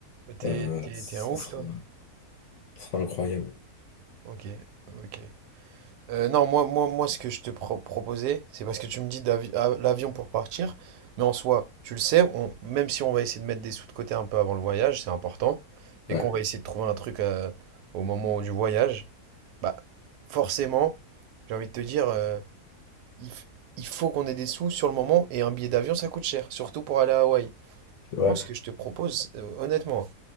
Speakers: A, on the right; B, on the left.
A: Mais t'es,
B: Euh,
A: t'es,
B: ça
A: t'es un ouf,
B: sera,
A: toi?
B: ça sera incroyable.
A: Ok, ok. Euh, non, moi, moi, moi, ce que je te pro- proposais, c'est parce que tu me dis d'avi- ah, l'avion pour partir, mais en soi, tu le sais, on, même si on va essayer de mettre des sous de côté un peu avant le voyage, c'est important, et
B: Ouais,
A: qu'on va essayer de trouver un truc euh, au moment du voyage, bah, forcément, j'ai envie de te dire, euh, il, f- il faut qu'on ait des sous sur le moment, et un billet d'avion, ça coûte cher, surtout pour aller à Hawaï.
B: Ouais.
A: Moi, ce que je te propose, euh, honnêtement,